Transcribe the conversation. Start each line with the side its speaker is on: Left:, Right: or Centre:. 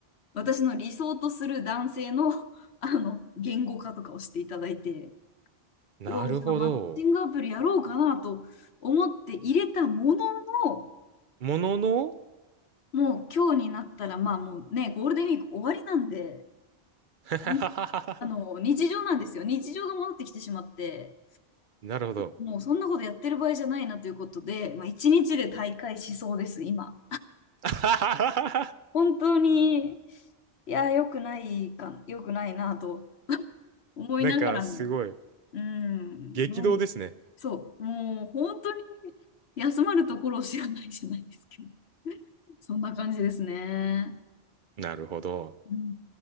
Left: 私の理想とする男性の、あの、言語化とかをしていただいて、
Right: なるほど。
Left: おじゃあマッチングアプリやろうかなと思って入れたものの、
Right: ものの
Left: もう今日になったら、まあもうね、ゴールデンウィーク終わりなんで、
Right: <laughs>
Left: んあの、日常なんですよ。日常が戻ってきてしまって、
Right: なるほど。
Left: もうそんなことやってる場合じゃないなということで、まあ一日で大会しそうです、今。
Right: <laughs>
Left: 本当に、いや、良くないか、良くないなと思いながらも、
Right: なんか、すごい。
Left: うん、
Right: 激動ですね。
Left: どうにそう、もう本当に休まるところを知らないじゃないですけど。そんな感じですね。
Right: なるほど。
Left: うん